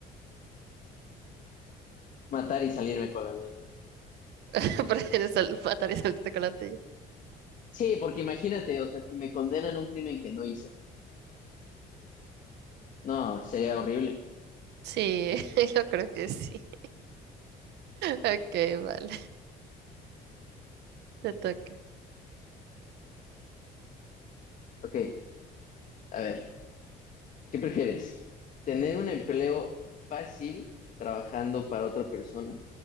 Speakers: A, on the left; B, on the right.
A: Matar y salirme con la mía.
B: <laughs> ¿Prefieres sal- matar y salirte con la tuya?
A: Sí, porque imagínate, o sea, si me condenan a un crimen que no hice. No, sería horrible.
B: Sí, <laughs> yo creo que sí. Ok, vale, te toca.
A: Ok, a ver, ¿qué prefieres? ¿Tener un empleo fácil trabajando para otra persona